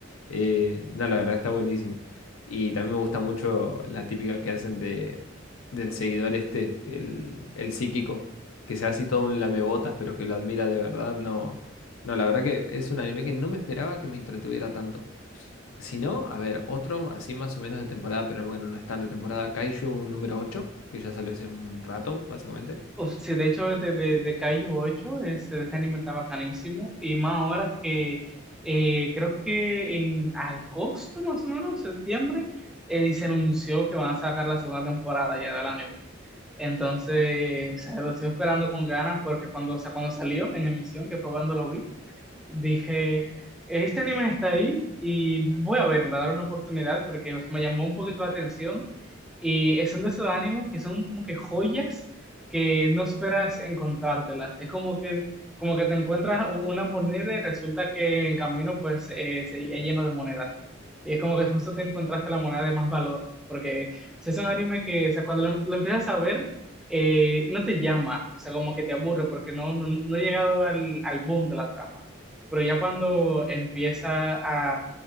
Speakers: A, on the left; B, in the centre.
A: Eh, no, la verdad está buenísimo. Y también me gusta mucho la típica que hacen de, del seguidor este, el, el psíquico, que sea así todo un lamebotas, pero que lo admira de verdad. No, no, la verdad que es un anime que no me esperaba que me entretuviera tanto. Si no, a ver, otro así más o menos de temporada, pero bueno, no es tan de temporada. Kaiju número ocho que ya salió hace un rato, básicamente.
B: Uf, sí, de hecho, de, de, de Kaiju 8, este, ese anime está bacanísimo. Y más ahora que eh, creo que en agosto, más o menos, septiembre, eh, se anunció que van a sacar la segunda temporada ya del anime. Entonces, o sea, lo estoy esperando con ganas porque cuando, o sea, cuando salió en emisión, que fue cuando lo vi, dije, este anime está ahí y voy a verlo, a dar una oportunidad porque o sea, me llamó un poquito la atención y son de esos animes que son como que joyas que no esperas encontrártelas. Es como que, como que te encuentras u- una moneda y resulta que el camino pues eh, seguía lleno de monedas. Y es como que justo te encontraste la moneda de más valor. Porque si es un anime que, o sea, cuando lo, lo empiezas a ver, eh, no te llama. O sea, como que te aburre porque no, no, no he llegado al, al boom de la trama. Pero ya cuando empieza a